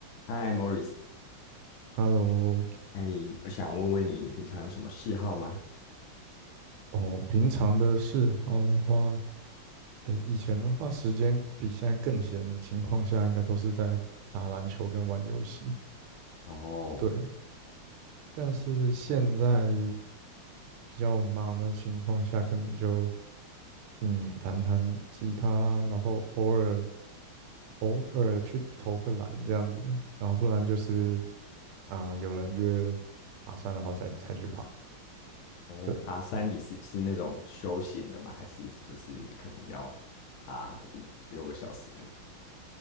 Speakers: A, on the left (about 80°); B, on the right (about 85°).
A: 嗨，Morris，
B: Hello，
A: 哎，我想问问你平常有什么嗜好吗？
B: 哦，平常的嗜好的话，诶，以前的话，时间比现在更闲的情况下，应该都是在打篮球跟玩游戏。
A: 然后，
B: 对，但是现在比较忙的情况下，可能就嗯弹弹吉他，然后偶尔偶尔去投个篮这样子，然后不然就是啊、有人约爬山的话才才去爬。
A: 哦，
B: 对，
A: 爬山你是是那种休闲的吗？还是就是可能要爬五六个小时那种？